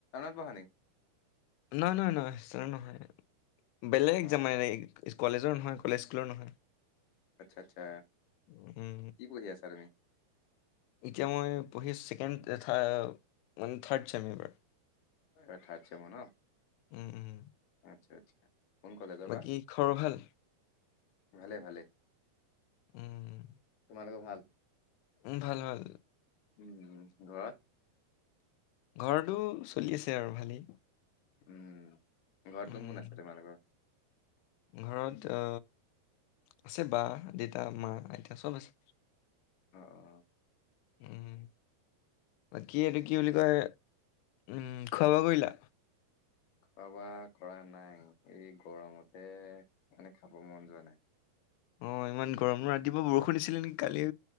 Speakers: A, on the left; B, on the left.
A: <inaudible>
B: নহয় নহয় নহয় ছাৰ নহয় বেলেগ
A: অ',
B: জামাইৰে কলেজৰ নহয় কলেজ স্কুলৰ নহয়।
A: আচ্ছা আচ্ছা।
B: উম,
A: কি পঢ়ি আছা তুমি?
B: এতিয়া মই পঢ়ি আছোঁ ছেকেণ্ড এতিয়া থা মানে থাৰ্ড চেম এইবাৰ।
A: এবাৰ থাৰ্ড চেমৰ ন?
B: উম, উম।
A: আচ্ছা আচ্ছা। কোন কলেজৰ
B: বাকী
A: বা?
B: খবৰ ভাল?
A: ভালে ভালে।
B: উম, উম।
A: তোমালোকৰ ভাল?
B: উম, ভাল ভাল।
A: উম, ঘৰত?
B: ঘৰটো চলি আছে আৰু ভালেই।
A: উম। ঘৰত
B: উম
A: কোন কোন আছে তোমালোকৰ?
B: ঘৰত আ আছে বা দেউতা মা আইতা চব আছে।
A: অ', অ'।
B: উম, বাকী এইটো কি বুলি কয়? উম খোৱো বোৱা কৰিলা?
A: খোৱা বোৱা কৰা নাই এই গৰমতে মানে খাব মন যোৱা নাই।
B: অ', ইমান গৰম ন ৰাত ৰাতিপুৱা বৰষুণ দিছিলে নেকি কালি